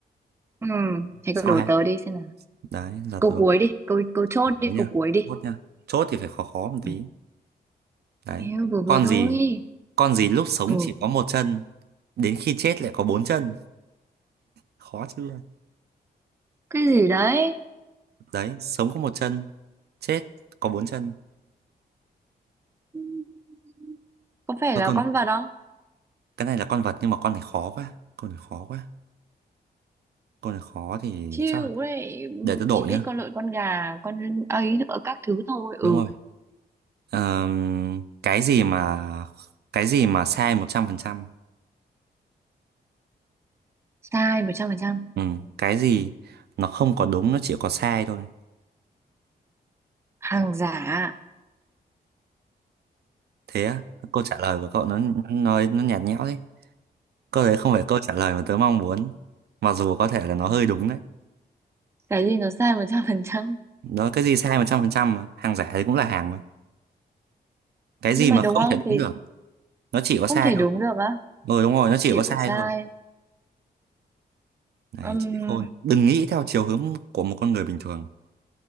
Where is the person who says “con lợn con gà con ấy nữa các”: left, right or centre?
Right